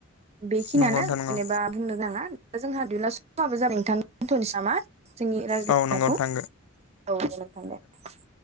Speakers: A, on the right; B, on the left.
A: बेखिनियानो
B: नंगौ नंगौ नोंथां
A: जेनेबा
B: नंगौ
A: बुंनो गोनाङा दा जोंहा बिदिबा समाबो जाबाय नोंथां दोन्थनिसै नामा जोंनि रायज्लायनायखौ
B: औ नंगौ नोंथां
A: औ दे नोंथां दे